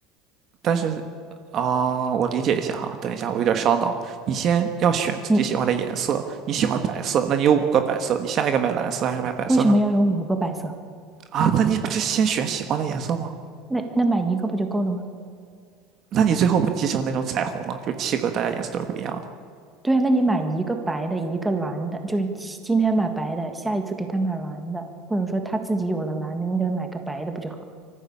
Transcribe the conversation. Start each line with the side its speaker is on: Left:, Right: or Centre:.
Right: 但是啊，我理解一下哈。等一下，我有点烧脑。你先要选自己喜欢的颜色，
Centre: 你
Right: 你喜欢白色，那你有五个白色，你下一个买蓝色还是买白色呢？
Centre: 为什么要有五个白色？
Right: 啊，那你不是先选喜欢的颜色吗？
Centre: 那那买一个不就够了吗？
Right: 那你最后不集成那种彩虹了？就七个，大家颜色都是不一样的。
Centre: 对啊，那你买一个白的，一个蓝的，就是今天买白的，下一次给他买蓝的，或者说他自己有了蓝的，你给他买个白的，不就好？